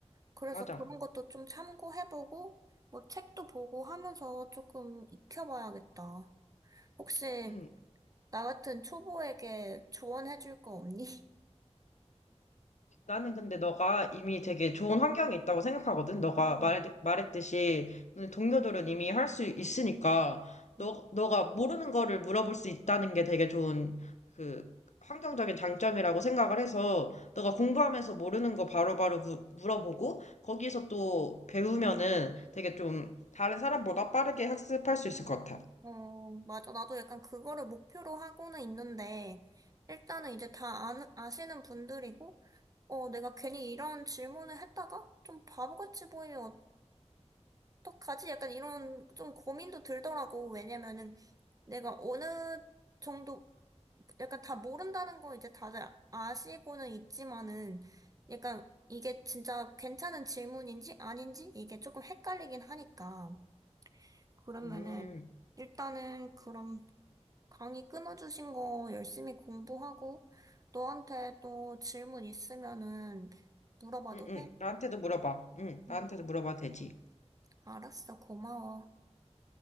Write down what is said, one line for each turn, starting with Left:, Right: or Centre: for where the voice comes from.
Right: 그래서
Left: 맞아.
Right: 그런 것도 좀 참고해보고, 뭐 책도 보고 하면서 조금 익혀봐야겠다. 혹시
Left: 응.
Right: 나 같은 초보에게 조언해줄 거 없니?
Left: 나는 근데 너가 이미 되게 좋은 환경이 있다고 생각하거든. 너가
Right: 음,
Left: 말, 말했듯이 동료들은 이미 할 수 있으니까
Right: 네.
Left: 너, 너가 모르는 거를 물어볼 수 있다는 게 되게 좋은 그 환경적인 장점이라고 생각을 해서 너가 공부하면서 모르는 거 바로바로 무- 물어보고 거기서 또 배우면은 되게 좀 다른 사람보다 빠르게 학습할 수 있을 것 같아.
Right: 어, 맞아. 나도 약간 그거를 목표로 하고는 있는데, 일단은 이제 다 아는, 아시는 분들이고, 어, 내가 괜히 이런 질문을 했다가 좀 바보같이 보이면 어, 어떡하지? 약간 이런 좀 고민도 들더라고. 왜냐면은 내가 어느 정도, 약간 다 모른다는 거 이제 다들 아시고는 있지만은 약간 이게 진짜 괜찮은 질문인지 아닌지 이게 조금 헷갈리긴 하니까. 그러면은
Left: 음,
Right: 일단은 그럼 강의 끊어주신 거 열심히 공부하고 너한테 또 질문 있으면은 물어봐도
Left: 응, 응.
Right: 돼?
Left: 나한테도 물어봐. 응, 나한테도
Right: 응,
Left: 물어봐도 되지.
Right: 알았어. 고마워.